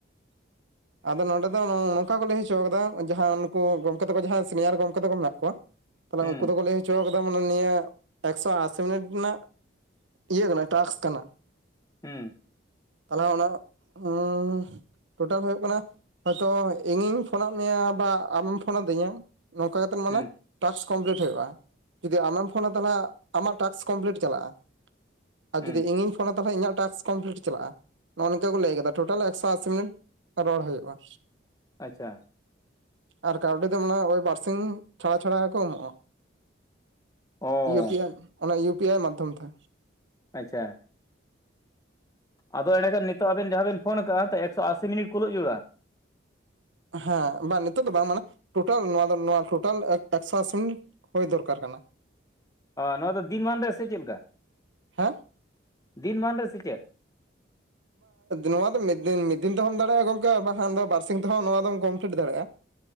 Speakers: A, on the left (about 20°); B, on the right (about 80°).
A: <unintelligible>
B: ᱟᱫᱚ ᱱᱚᱰᱮ ᱫᱚ ᱱᱚᱝᱠᱟ ᱠᱚ ᱞᱟᱹᱭ ᱦᱚᱪᱚ ᱠᱟᱫᱟ ᱡᱟᱦᱟᱸ ᱱᱠᱩ ᱜᱚᱢᱠᱮ ᱛᱟᱠᱚ ᱡᱟᱦᱟᱸᱭ ᱥᱤᱱᱤᱭᱟᱨ ᱜᱚᱢᱠᱮ ᱛᱟᱠᱚ ᱢᱮᱱᱟᱜ ᱠᱚᱣᱟ᱾ ᱛᱟᱦᱞᱮ
A: ᱦᱩᱸ
B: ᱩᱱᱠᱩ ᱫᱚᱠᱚ ᱞᱟᱹᱭ ᱦᱚᱪᱚᱣ ᱱᱤᱭᱟᱹ ᱮᱠᱥᱚ ᱟᱥᱤ ᱢᱤᱱᱤᱴ ᱨᱮᱱᱟᱜ ᱤᱭᱟᱹ ᱠᱟᱱᱟ ᱴᱟᱠᱥ ᱠᱟᱱᱟ᱾
A: ᱦᱩᱸ
B: ᱛᱟᱞᱦᱮ ᱚᱱᱟ <unintelligible> ᱴᱳᱴᱟᱞ ᱦᱩᱭᱩᱜ ᱠᱟᱱᱟ ᱦᱚᱭᱛᱳ ᱤᱧᱤᱧ ᱯᱷᱳᱱᱟᱫ ᱢᱮᱭᱟ ᱵᱟ ᱟᱢᱮᱢ ᱯᱷᱳᱱᱟᱫᱤᱧᱟ ᱱᱚᱝᱠᱟ ᱠᱟᱛᱮᱫ ᱢᱟᱱᱮ
A: ᱦᱩᱸ
B: ᱴᱟᱠᱥ ᱠᱚᱢᱯᱤᱞᱤᱴ ᱦᱩᱭᱩᱜᱼᱟ ᱡᱩᱫᱤ ᱟᱢᱮᱢ ᱯᱷᱳᱱᱟ ᱛᱟᱦᱚᱞᱮ ᱟᱢᱟᱜ ᱴᱟᱠᱥ ᱠᱚᱢᱯᱤᱞᱤᱴ ᱪᱟᱞᱟᱜᱼᱟ᱾ ᱟᱨ
A: ᱦᱩᱸ
B: ᱡᱩᱫ ᱤᱧᱤᱧ ᱯᱷᱳᱱᱟ ᱛᱟᱦᱮ ᱤᱧᱟᱜ ᱴᱟᱥᱠ ᱠᱚᱢᱯᱞᱤᱴ ᱪᱟᱞᱟᱜᱼᱟ᱾ ᱱᱚᱜᱼᱚ ᱞᱟᱹᱭ ᱠᱟᱫᱟ ᱴᱳᱴᱟᱞ ᱮᱠᱥᱚ ᱟᱥᱤ ᱢᱤᱱᱤᱴ ᱨᱚᱲ ᱦᱩᱭᱩᱜᱼᱟ᱾
A: ᱟᱪᱪᱷᱟ
B: ᱟᱨ ᱠᱟᱣᱰᱤ ᱫᱚ ᱢᱚᱱᱮ ᱦᱚᱭ ᱳᱭ ᱵᱟᱨᱥᱤᱧ ᱪᱷᱟᱲᱟ ᱪᱷᱟᱲᱟ ᱜᱮᱠᱚ ᱮᱢᱚᱜᱼᱟ᱾
A: ᱚ
B: ᱤᱭᱩ ᱯᱤ ᱟᱭ ᱚᱱᱟ ᱤᱭᱩ ᱯᱤ ᱟᱭ ᱢᱟᱫᱽᱫᱷᱚᱢ ᱛᱮ᱾
A: ᱟᱪᱪᱷᱟ ᱟᱫᱚ ᱮᱸᱰᱮᱠᱷᱟᱱ ᱱᱤᱛᱚᱜ ᱟᱵᱮᱱ ᱡᱟᱦᱟᱸ ᱵᱮᱱ ᱯᱷᱳᱱ ᱟᱠᱟᱜ- ᱟ ᱥᱮ ᱮᱠᱥᱚ ᱟᱥᱤ ᱢᱤᱱᱤᱴ ᱠᱩᱞᱟᱹᱜ ᱡᱟᱹᱲᱩᱲᱟ᱾
B: ᱦᱮᱸ ᱵᱟᱝ ᱱᱤᱛᱚᱜ ᱫᱚ ᱵᱟᱝ ᱢᱟᱱᱮ ᱴᱳᱴᱟᱞ ᱱᱚᱣᱟ ᱫᱚ ᱱᱚᱣᱟ ᱴᱳᱴᱟᱞ ᱮᱠᱥᱚ ᱟᱥᱤ ᱦᱩᱭ ᱫᱚᱨᱠᱟᱨ ᱠᱟᱱᱟ᱾
A: ᱱᱚᱣᱟ ᱫᱚ ᱫᱤᱱ ᱢᱟᱱ ᱨᱮ ᱥᱮ ᱪᱮᱫ ᱞᱮᱠᱟ
B: ᱦᱮᱸ
A: ᱫᱤᱱ ᱢᱟᱱ ᱨᱮ ᱥᱮᱪᱮᱫ
B: ᱱᱚᱣᱟ ᱫᱚ ᱢᱤᱫ ᱫᱤᱱ ᱢᱤᱫ ᱫᱤᱱ ᱛᱮᱦᱚᱸᱢ ᱫᱟᱲᱮᱭᱟᱜ-ᱟ ᱜᱚᱢᱠᱮ ᱵᱟᱝ ᱠᱷᱟᱱ ᱫᱚ ᱵᱟᱨ ᱥᱤᱧ ᱛᱮᱦᱚᱸ ᱱᱚᱣᱟ ᱫᱚᱢ ᱠᱚᱢᱯᱤᱞᱤᱴ ᱫᱟᱲᱮᱭᱟᱜ-ᱟ᱾